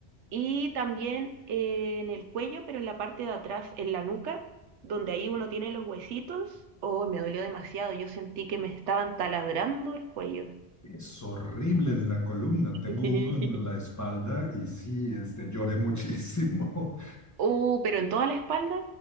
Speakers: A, on the right; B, on the left.
A: Y también eh, en el cuello, pero en la parte de atrás, en la nuca, donde ahí uno tiene los huesitos. Oh, me dolió demasiado. Yo sentí que me estaban taladrando el cuello.
B: Es horrible en la columna, tengo
A: <laughs>
B: uno en la espalda y sí, este, lloré <laughs> muchísimo.
A: Oh, pero en toda la espalda.